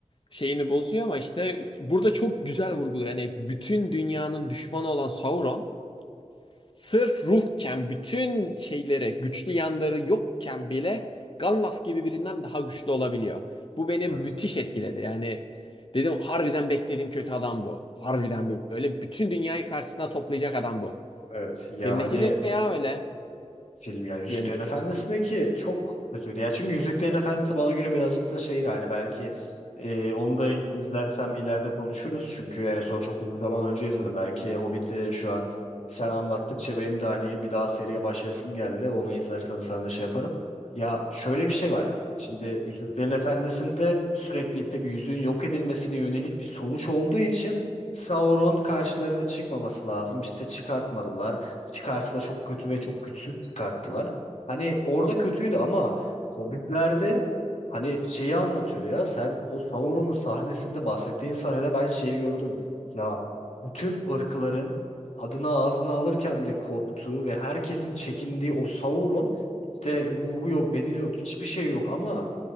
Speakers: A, on the left (about 45°); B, on the left (about 70°).
A: şeyini bozuyor ama işte burada çok güzel vurguluyor. Yani bütün dünyanın düşmanı olan Sauron sırf ruhken bütün şeylere güçlü yanları yokken bile Gandalf gibi birinden daha güçlü olabiliyor. Bu beni
B: Evet.
A: müthiş etkiledi. Yani dedim harbiden beklediğim kötü adam bu. Harbiden böyle bütün dünyayı karşısına toplayacak adam bu.
B: Evet. Ya
A: Filmdeki
B: hani
A: ne ya öyle?
B: film ya Yüzüklerin
A: Diğerindeki.
B: Efendisi'ne ki çok kötüydü. Ya çünkü Yüzüklerin Efendisi bana göre birazcık da şeydi hani belki e, onu da izlersem ileride konuşuruz. Çünkü en son çok uzun zaman önce izledim. Belki Hobbit'i şu an sen anlattıkça benim de hani bir daha seriye başlayasım geldi. Onu izlersem sana da şey yaparım. Ya şöyle bir şey var. Şimdi Yüzüklerin Efendisi'nde sürekli işte bir yüzüğün yok edilmesine yönelik bir sonuç olduğu için Sauron karşılarına çıkmaması lazım. İşte çıkartmadılar çıkarsa da çok kötü ve çok güçsüz çıkarttılar. Hani orada kötüydü ama Hobbit'lerde hani şeyi anlatıyor ya sen o Sauron'un sahnesinde bahsettiğin sahnede ben şeyi gördüm. Ya bütün ırkların adını ağzına alırken bile korktuğu ve herkesin çekindiği o Sauron işte ruhu yok, bedeni yok, hiçbir şey yok ama